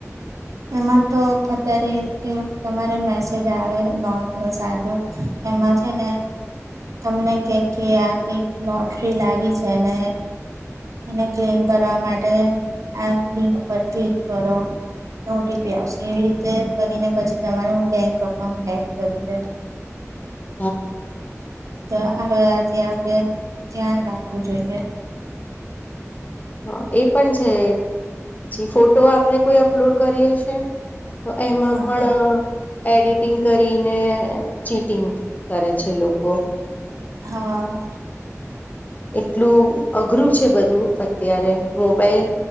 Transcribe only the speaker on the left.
<inaudible>
હ એ પણ છે, પછી ફોટો આપણે કોઈ અપલોડ કરીએ તો એમાં
પણ એડિટિંગ કરીને ચીટિંગ કરે છે, લોકો
એટલું અઘરું છે, બધું અત્યારે મોબાઈલ